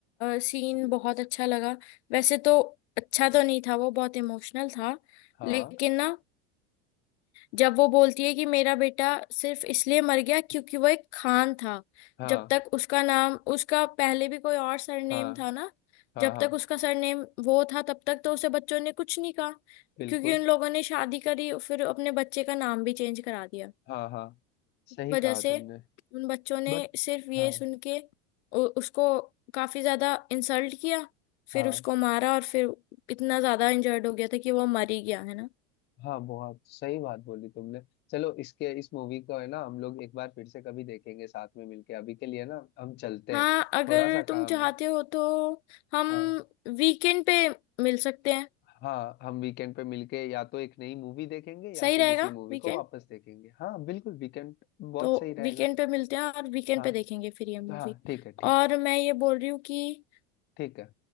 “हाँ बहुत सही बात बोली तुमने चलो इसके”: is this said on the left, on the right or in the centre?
Left